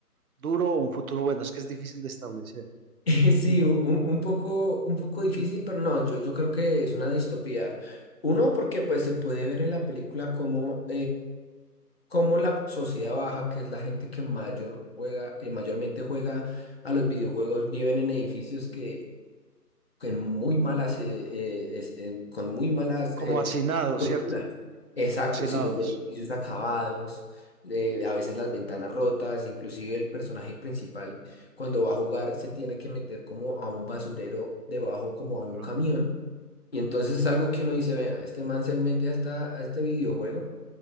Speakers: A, on the right (about 65°); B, on the left (about 40°).
A: duro o un futuro bueno? Es que es difícil de establecer.
B: Sí, u- un, un poco, un poco difícil, pero no, yo, yo creo que es una distopía. Uno, porque pues se puede ver en la película como cómo la sociedad baja, que es la gente que mayor juega, eh, mayormente juega a los videojuegos, viven en edificios que con muy malas, eh, eh, es- en- con muy malas
A: Como
B: eh,
A: hacinados,
B: estructuras.
A: ¿cierto?
B: Exacto,
A: Como hacinados.
B: sí, los edificios acabados, eh, a veces las ventanas rotas, inclusive el personaje principal cuando va a jugar se tiene que meter como a un basurero debajo, como
A: Claro.
B: a un camión. Y entonces es algo que uno dice, vea, este man se mete a, esta- a este videojuego